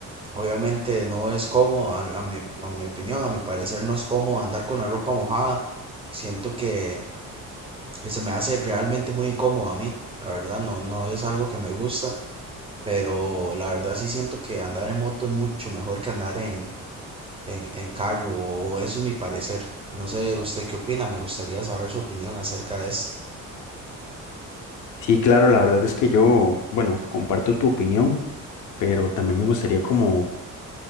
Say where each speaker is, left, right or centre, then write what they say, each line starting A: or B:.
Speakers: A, on the right; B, on the left.
A: obviamente no es cómodo, a, a mi, a mi opinión, a mi parecer no es cómodo andar con la ropa mojada. Siento que, que se me hace realmente muy incómodo a mí. La verdad, no, no es algo que me gusta, pero la verdad sí siento que andar en moto es mucho mejor que andar en en, en carro, o eso es mi parecer. No sé, ¿usted qué opina? Me gustaría saber su opinión acerca de esto.
B: Sí, claro, la verdad es que yo, bueno, comparto tu opinión, pero también me gustaría como,